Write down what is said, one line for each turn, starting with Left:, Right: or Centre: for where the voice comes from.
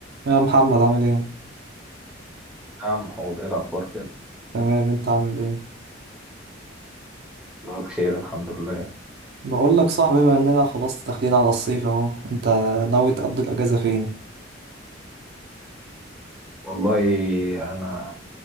Right: يا محمد عامل ايه؟
Centre: يا عم حوض ايه الاخبار كده
Right: تمام انت عامل ايه؟
Centre: والله بخير الحمد لله
Right: بقول لك صاحبي بما اننا خلاص داخلين على الصيف اهو انت ناوي تقضي الاجازة فين؟
Centre: والله انا